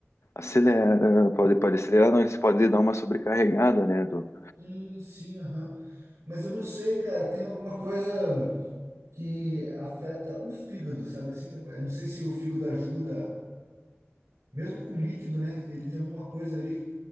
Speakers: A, on the left; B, on the right.
A: acelera, pode, pode acelerar, não, ele pode dar uma sobrecarregada, né? Do...
B: Sim, sim, aham. Mas eu não sei, cara, tem alguma coisa que afeta o fígado, sabe assim? Eu não sei se o fígado ajuda, mesmo com líquido, né? Ele tem alguma coisa ali,